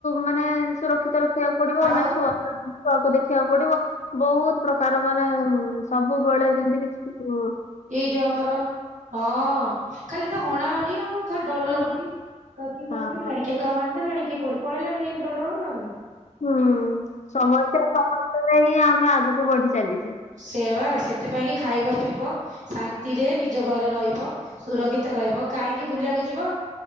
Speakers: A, on the left; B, on the right.
A: ମାନେ ସୁରକ୍ଷିତ ରଖିବାକୁ ପଡିବ
B: ଆଉ
A: ନା ଛୁଆ ଛୁଆକୁ ଦେଖିବାକୁ ପଡିବ। ବହୁତ ପ୍ରକାର ମାନେ ସବୁବେଳେ ଯେମତି କିଛି ହୁଁ।
B: ଏଇ ଯୋଉ ଆମର ହଁ। ଖାଲି ତ ହଣା ହଣି ଆଉ ଖାଲି ଡର ଲାଗୁଛି କାହାକୁ କିଏ
A: ହଁ
B: କାହାକୁ ନେଇଗଲା ଣି କିଏ କାହାକୁ ହାଣି ଦେଲାଣି କିଏ କୋଉଠି ପଳେଇଲାଣି ଏମିତି ଡର ଡର ଲାଗୁଛି।
A: ହୁଁ ସମସ୍ତେ ସମସ୍ତଙ୍କ ପାଇଁ ହିଁ ଆମେ ଆଗକୁ ବଢି ଚାଲିଛେ।
B: ସେ ବା ସେଥିପାଇଁ କି ଖାଇବା ପିଇବ? ଶାନ୍ତିରେ ନିଜ ଘରେ ରହିବ ସୁରକ୍ଷିତ ରହିବ କାହିଁକି ବୁଲିବାକୁ ଯିବ?